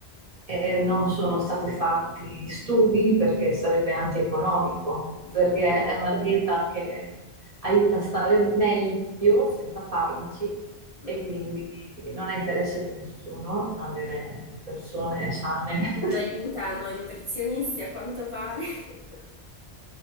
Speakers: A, on the right; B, on the left.
A: Eh, non sono stati fatti studi perché sarebbe antieconomico,
B: giusto?
A: perché è una Certo. dieta che aiuta a stare meglio senza farmaci
B: Mhm.
A: e quindi non è interesse di nessuno avere persone sane.
B: Non
A: <laughs>
B: aiutano i nutrizionisti a quanto pare. <laughs>